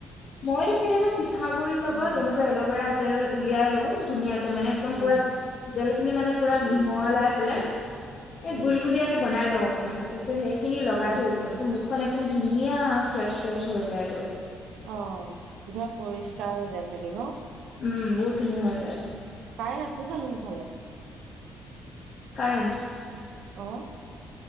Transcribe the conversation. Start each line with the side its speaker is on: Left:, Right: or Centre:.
Left: মইতো কেতিয়াবা পি <unintelligible> গুৰিৰ লগত
Right: উম
Left: এনেকুৱা এলভেৰা জেল উলিয়াই লও, ধুনীয়াক মানে একদম
Right: উম
Left: পুৰা জেল খিনি মানে পুৰা মিহলাই পেলাই এই,
Right: উম
Left: গুল-গুলীয়াকে বনাই ল'ও। অকমান, <unintelligible> হেই খিনি লগাই
Right: উম
Left: থৈ দিওঁ, <unintelligible> <unintelligible> খন একদম ধুনীয়া ফ্ৰেছ ফ্ৰেছ হৈ যায়গৈ।
Right: অ' ধিব পৰিষ্কাৰ হৈ যায় চাগে ন?
Left: উম বহুত ধুনীয়া হৈ যায়।
Right: তাই আছে জানো সেইফালে?
Left: কাৰেণ্ট
Right: অ'।